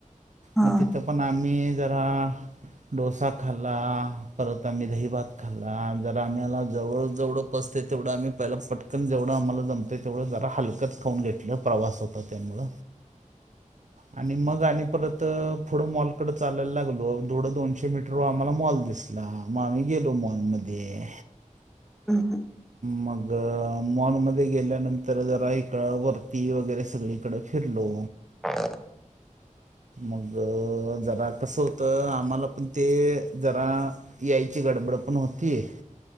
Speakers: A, in the centre; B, on the right.
A: हा
B: म तिथं पण आम्ही जरा डोसा खाल्ला, परत आम्ही दहीभात खाल्ला, जरा आम्हीला जवळ-जवड पचतेय तेवढं आम्ही पहिला पटकन, जेवढं आम्हाला जमतय तेवढं जरा हलकच. खांऊन घेतलं प्रवास होता त्यामुळ. आणि मग आणि परत पुढं मॉलकडें चालायला लागलो थोडं दोनशे मीटर व आम्हाला मॉल दिस ला मग आम्ही गेलो मॉलमध्ये
A: हम हं
B: मग मॉलमध्ये गेल्यानंतर जरा इकडं वरती वगैरे सगळीकडं खिल्लो.
A: ह <unintelligible>
B: मग जरा कसं होतं आम्हाला पण ते जरा यायची गडबड पण होतीय.